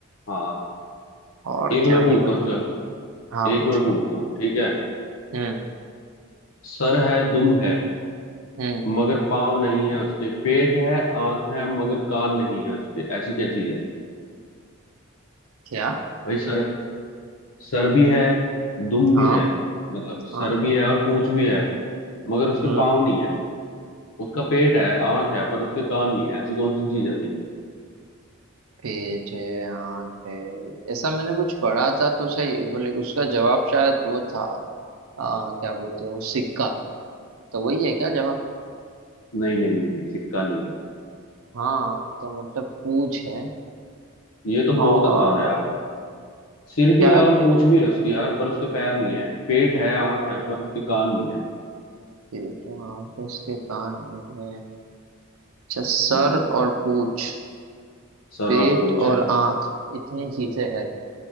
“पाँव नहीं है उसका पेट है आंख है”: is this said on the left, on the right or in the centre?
Left